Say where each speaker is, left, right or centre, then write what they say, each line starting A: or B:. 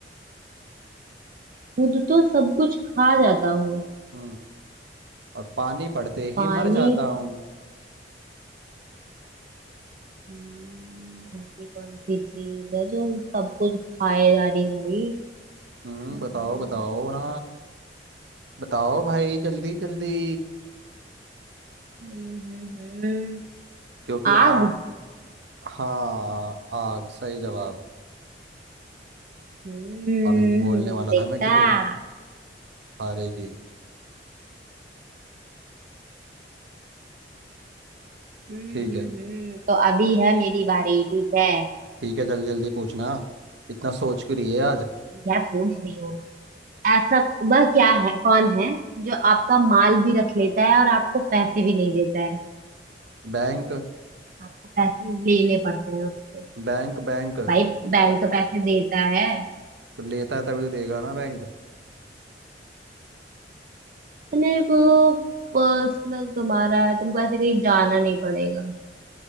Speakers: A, on the right (about 50°); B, on the right (about 75°).
A: खुद तो सब कुछ खा जाता हूँ
B: हम्म और पानी पड़ते ही
A: पानी
B: मर जाता हूँ
A: हम्म, ऐसी कौन सी चीज है जो सब कुछ खाए जा रही है भाई
B: हम्म
A: हम्म,
B: बताओ बताओ ना बताओ भाई जल्दी जल्दी
A: हम्म, हम्म,
B: क्योंकि आ
A: आग
B: हाँ आग सही जवाब
A: हम्म, हम्म
B: अभी बोलने वाला
A: देखा
B: था मैं कि तू हारेगी
A: हम्म,
B: ठीक
A: हम्म,
B: है
A: हम्म। तो अभी है मेरी बारी ठीक है
B: ठीक है जल्दी जल्दी पूछना इतना सोच क्यों रही है आज
A: क्या पूछ रही हो ऐसा वह क्या है कौन है जो आपका माल भी रख लेता है और आपको पैसे भी नहीं देता है
B: बैंक
A: आपको पैसे लेने पड़ते हैं उससे
B: बैंक बैंक
A: भाई बैंक तो पैसे देता है
B: तो लेता है तभी तो देगा ना बैंक
A: नहीं वो पर्सनल तुम्हारा है तुमको ऐसे कहीं जाना नहीं पड़ेगा